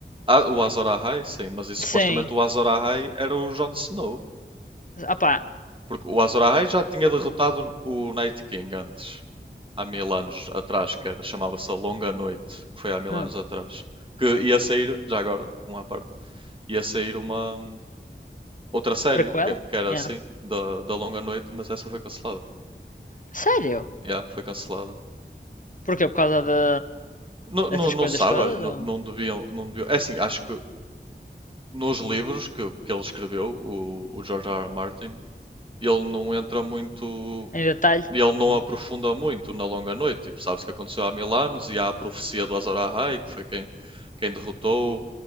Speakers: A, on the right; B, on the left.
A: Ah, o Azor Ahai, sim, mas e, supostamente
B: Sim.
A: o Azor Ahai era o Jon Snow.
B: Ah pá,
A: Porque o Azor Ahai já tinha derrotado o Night King antes, há mil anos atrás, que era, chamava-se A Longa Noite, que foi há mil
B: hum,
A: anos atrás. Que ia sair, já agora, um à parte, ia sair uma outra série,
B: prequela?
A: que, que era
B: Yeah.
A: assim, da, da Longa Noite, mas essa foi cancelada.
B: Sério?
A: Já, foi cancelada.
B: Porquê? Por causa de,
A: Não,
B: dessas
A: não, não
B: coisas
A: sabes,
B: todas?
A: não,
B: Ou...
A: não deviam, não deviam. É assim, acho que nos livros que, que ele escreveu, o, o George R. R. Martin, ele não entra muito,
B: Em detalhe?
A: ele não
B: Hum.
A: aprofunda muito na Longa Noite. Tipo, sabes que aconteceu há mil anos e há a profecia do Azor Ahai, que foi quem, quem derrotou,